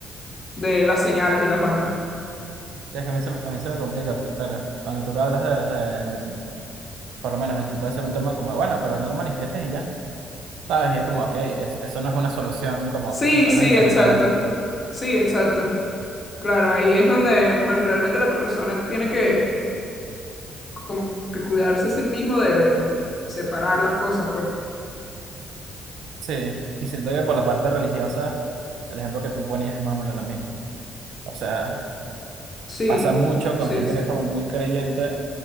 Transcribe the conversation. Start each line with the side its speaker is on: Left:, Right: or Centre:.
Left: de las señales y las vainas.
Right: Es que a mí se, me- a mí se me complica, porque claro, cuando tú lo hablas desde el- Por lo menos aquí puede ser un tema como, bueno, pero no lo manifiestes y ya, ¿sabes? Y es como, ok, eso, eso no es una solución como
Left: Sí,
Right: psicológicamente
Left: sí, exacto.
Right: hablando.
Left: Sí, exacto. Claro, ahí es donde pues realmente la persona tiene que como que cuidarse a sí mismo de separar las cosas, pues.
Right: Sí, y siento que por la parte religiosa, el ejemplo que tú ponías es más o menos lo mismo. O sea,
Left: Sí,
Right: pasa mucho con
Left: sí,
Right: gente
Left: sí.
Right: que es como muy creyente,